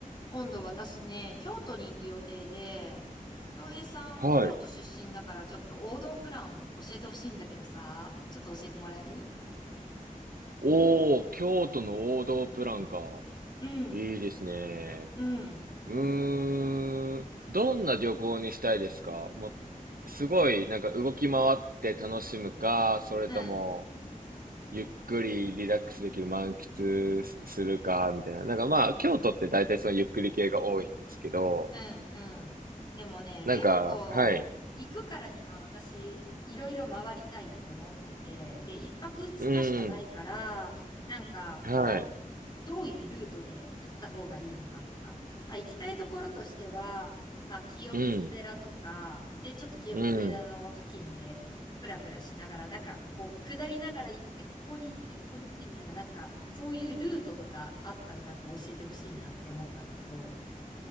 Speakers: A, on the left (about 30°); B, on the right (about 85°).
A: 今度私ね、京都に行く予定で、京平さん、
B: はい。
A: 京都出身だからちょっと王道プラン教えてほしいんだけどさ、ちょっと教えてもらえる
B: おー、京都の王道プランか。
A: うん、
B: いいですね。
A: うん、
B: うーん。どんな旅行にしたいですかもう、すごい、なんか動き回って楽しむか、それとも、
A: うん。
B: ゆっくりリラックスできる満喫するか、みたいな。なんかまあ、京都って大体そのゆっくり系が多いんですけど、
A: うんうん。でもね、
B: なんか、
A: 結構行くからには私、
B: はい。
A: いろいろ回りたいって思ってて、で、一泊二日しかないから、
B: うん。
A: なんかこう、
B: はい。
A: どういうルートで行った方がいいのかとか、まあ行きたいところとしては、まあ清水寺とか、
B: うん。
A: で、ちょっと清水寺の付近で、
B: うん。
A: プラプラしながら、なんか、こう、下りながら行って、ここに行って、ここに行ってみたいな、なんか、そういうルートとかあったら、なんか教えてほしいなって思ったんだけど、